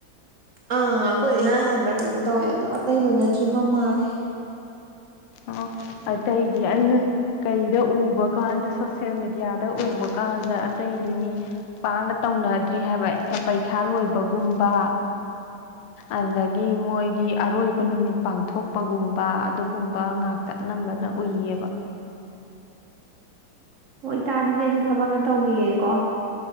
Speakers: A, on the right; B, on the left.
A: ꯑ ꯑꯈꯣꯏ ꯌꯥ ꯑꯗꯨꯝ ꯇꯧꯋꯦ ꯑꯗꯣ ꯑꯇꯩ ꯂꯣꯏꯅꯗ꯭ꯔꯤꯕ ꯃꯥꯜꯂꯦ
B: ꯑꯣ ꯑꯇꯩꯗꯤ ꯑꯩꯅ ꯀꯩꯗ ꯎꯕ ꯀꯥꯟꯗ ꯁꯣꯁꯦꯜ ꯃꯦꯗꯤꯌꯥꯗ ꯎꯕ ꯀꯥꯟꯗ ꯑꯇꯩꯗꯤ ꯃꯤ ꯄꯥꯛꯅ ꯇꯧꯅꯗ꯭ꯔꯤ ꯍꯥꯏꯕ ꯄꯩꯈꯥ ꯂꯣꯏꯕꯒꯨꯝꯕ ꯑꯗꯒꯤ ꯃꯣꯏꯒꯤ ꯑꯔꯣꯏꯕ ꯅꯨꯃꯤꯠ ꯄꯥꯡꯊꯣꯛꯄꯒꯨꯝꯕ ꯑꯗꯨꯒꯨꯝꯕ ꯉꯥꯛꯇ ꯅꯝꯕꯅ ꯎꯏꯌꯦꯕ
A: ꯎ ꯍꯣꯏꯇꯥꯗꯗꯤ ꯑꯩꯁꯦ ꯊꯕꯛꯅ ꯇꯧꯈꯤꯌꯦꯦꯀꯣ